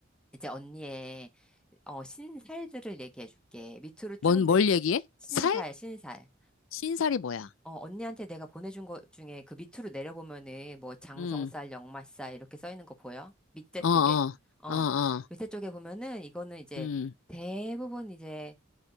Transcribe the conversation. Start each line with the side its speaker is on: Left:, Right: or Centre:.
Centre: 이제 언니의, 어, 신살들을 얘기해 줄게. 밑으로 쭉,
Left: 뭔, 뭘
Centre: 내-
Left: 얘기해?
Centre: 신살,
Left: 살?
Centre: 신살.
Left: 신살이 뭐야?
Centre: 어, 언니한테 내가 보내준 것 중에 그 밑으로 내려보면은 뭐 장성쌀,
Left: 음,
Centre: 역말쌀 이렇게 써 있는 거 보여? 밑에
Left: 어,
Centre: 쪽에.
Left: 어,
Centre: 어,
Left: 어, 어.
Centre: 밑에 쪽에 보면은 이거는 이제
Left: 음,
Centre: 대부분 이제